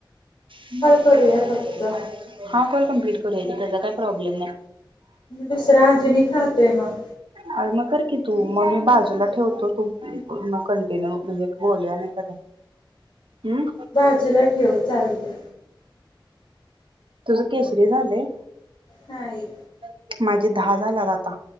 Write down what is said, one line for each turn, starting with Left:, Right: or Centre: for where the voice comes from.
Right: हा <unintelligible>
Left: करूया फक्त.
Right: करूया की त्यांचा काही प्रॉब्लेम नाही.
Left: दुसरा अजून एक राहतोय. ते मगं.
Right: अरे मग कर की तू मग मी बाजूला ठेवतो तू पूर्ण कंटिन्यू म्हणजे बोलय नाही तर हम्म
Left: बाजूला ठेव चालतंय.
Right: तुझं केसरी झालंय.
Left: नाही
Right: <unintelligible> माझे दहा झाल्यात आता.